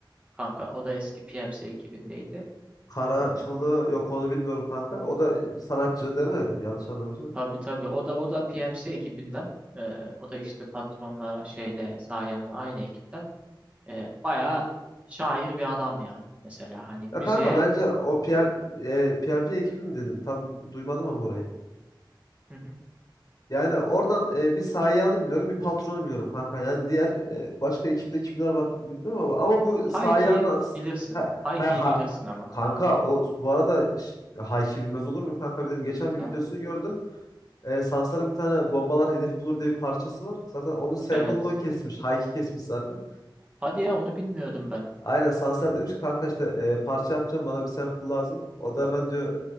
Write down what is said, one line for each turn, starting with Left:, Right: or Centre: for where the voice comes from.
Right: kanka? O da eski PMC ekibindeydi.
Left: Kara
Right: Ee,
Left: Çalı yok onu bilmiyorum kanka. O da sanatçı
Right: hmm,
Left: değil mi? Yanlış anlamıyorsam.
Right: tabii tabii. O da o da PMC ekibinden. Ee, o da işte patronla şeyle Sayan'la aynı ekipten. Ee, bayağı şair bir adam ya. Mesela hani müziğe
Left: Ya kanka bence o PM, e, PMP ekibi mi dedin? Tam duymadım ama orayı.
Right: Hı hı.
Left: Yani oradan e, bir Sayan'ı biliyorum, bir patronu biliyorum kanka. Yani diğer e, başka ekipte kimler var bilmiyorum ama ama bu
Right: Hayki
Left: Sayan'la
Right: bilirsin.
Left: ha,
Right: Hayki'yi
Left: ha, ha-
Right: bilirsin ama.
Left: kanka o bu arada ş- Hayki bilmez olur muyum kanka bilirim. Geçen bir
Right: Tabii.
Left: videosunu gördüm. E, Sansar'ın bir tane bombalar hedef bulur diye bir parçası var. Zaten onun sample'ını
Right: Evet.
Left: o kesmiş. Hayki kesmiş zaten.
Right: Hadi ya onu bilmiyordum ben.
Left: Aynen Sansar demiş ki kanka işte e, parça yapacağım bana bir sample lazım. O da hemen diyor